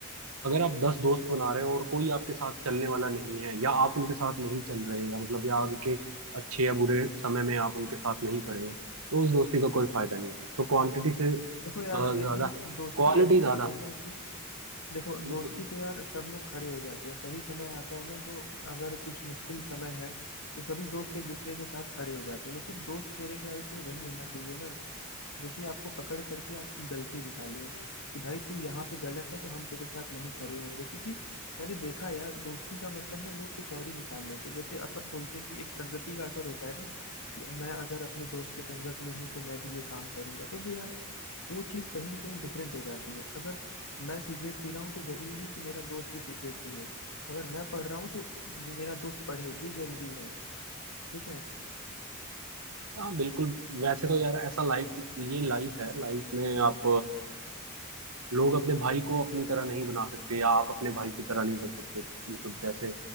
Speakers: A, on the right; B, on the left.
A: अगर आप दस दोस्त बना रहे हो और कोई आपके साथ चलने वाला नहीं है या आप उनके साथ नहीं चल रहे या मतलब या उनके अच्छे या बुरे समय में आप उनके साथ नहीं खड़े हो तो उस दोस्ती का कोई फायदा नहीं है तो क्वांटिटी से अ,
B: देखो यार
A: ज्यादा
B: लेकिन दोस्ती
A: क्वालिटी
B: ऐसी
A: ज्यादा
B: चीज है ना कि देखो
A: बिल्कुल
B: दोस्ती तो यार सब लोग खड़े हो जाते हैं सही समय आता है ना तो अगर कुछ मुश्किल समय है तो सभी दोस्त एक दूसरे के साथ खड़े हो जाते हैं लेकिन दोस्त मेरे ख्याल से वही होना चाहिए ना जो कि आपको पकड़ करके आपकी गलती निकाले कि भाई तू यहाँ पे गलत है तो हम तेरे साथ नहीं खड़े होंगे क्योंकि मैंने देखा यार दोस्ती का मतलब ना लोग कुछ और ही निकाल लेते हैं जैसे अपन बोलते हैं कि एक संगति का असर होता है ना कि मैं अगर अपने दोस्त के संगत में हूँ तो मैं भी ये काम करूंगा तो वो यार वो चीज कहीं ना कहीं डिफरेंट हो जाती है अगर मैं सिगरेट पी रहा हूँ तो जरूरी नहीं कि मेरा दोस्त भी सिगरेट पिए अगर मैं पढ़ रहा हूँ तो वो मेरा दोस्त पढ़े ये जरूरी है ठीक है
A: हाँ बिल्कुल वैसे तो यार ऐसा लाइफ ये लाइफ है लाइफ में आप लोग अपने भाई को अपनी तरह नहीं बना सकते या आप अपने भाई की तरह नहीं बन सकते मतलब जैसे